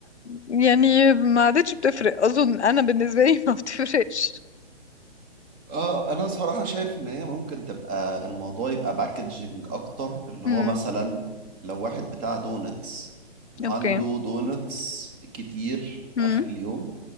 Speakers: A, on the left; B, on the right.
A: يعني ما عادتش بتفرق أظن أنا بالنسبة لي <laughs> ما بتفرقش
B: اه انا صراحة شايف ان هي ممكن تبقى الموضوع يبقى باكجنج اكتر اللي
A: امم
B: هو مثلا لو واحد بتاع دونتس وعنده
A: أوكي
B: دونتس كتير في
A: امم
B: اخر اليوم